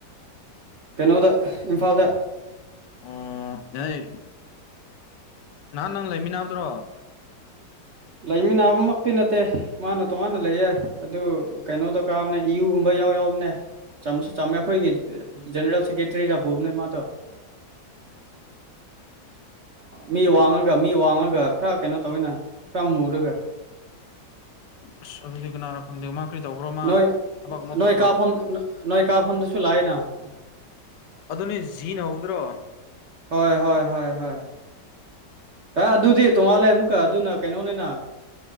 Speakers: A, on the right; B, on the left.
A: ꯀꯩꯅꯣꯗ ꯏꯝꯐꯥꯜꯗ
B: ꯑꯣ ꯌꯥ ꯅꯍꯥꯟ ꯅꯪ ꯂꯩꯃꯤꯟꯅꯕꯗ꯭ꯔꯣ
A: ꯂꯩꯃꯤꯟꯅꯕꯃꯛꯇꯤ ꯅꯠꯇꯦ ꯃꯥꯅ ꯇꯣꯉꯥꯟꯅ ꯂꯩ ꯌꯥꯏ ꯑꯗꯨ ꯀꯩꯅꯣꯗ ꯀꯥꯝꯅꯩ ꯏꯨꯒꯨꯝꯕ ꯌꯥꯎ ꯌꯥꯎꯕꯅꯦ ꯆꯝꯁꯨ ꯆꯝꯃꯦ ꯑꯩꯈꯣꯏꯒꯤ ꯖꯦꯅꯔꯦꯜ ꯁꯦꯀꯦꯇꯔꯤꯗ ꯄꯨꯕꯅꯦ ꯃꯥꯗꯣ ꯃꯤ
B: ꯑꯩ
A: ꯋꯥꯡꯉꯒ ꯃꯤ ꯋꯥꯡꯉꯒ ꯈꯔ ꯀꯩꯅꯣ ꯇꯧꯋꯤꯅ ꯈꯔ ꯃꯨꯔꯒ
B: ꯑꯁ ꯑꯗꯨꯗꯤ ꯀꯅꯥꯅꯣ ꯈꯪꯗꯦ ꯃꯥ ꯀꯔꯤ ꯇꯧꯕ꯭ꯔꯣ ꯃꯥ
A: ꯅꯣꯏ
B: ꯊꯕꯛ ꯑꯃ
A: ꯅꯣꯏ
B: ꯐꯪꯕ꯭ꯔꯣ
A: ꯀꯥꯐꯝ ꯅꯣꯏ ꯀꯥꯞꯐꯝꯗꯁꯨ ꯂꯥꯛꯏꯅ
B: ꯑꯗꯨ ꯅ ꯖꯤꯅ ꯍꯗ꯭ꯔꯣ
A: ꯍꯣꯏ ꯍꯣꯏ ꯍꯣꯏ ꯍꯣꯏ ꯑꯦ ꯑꯗꯨꯗꯤ ꯇꯣꯡꯉꯥꯜꯂꯦ ꯑꯃꯨꯛꯀ ꯑꯗꯨꯅ ꯀꯩꯅꯣꯅꯤꯅ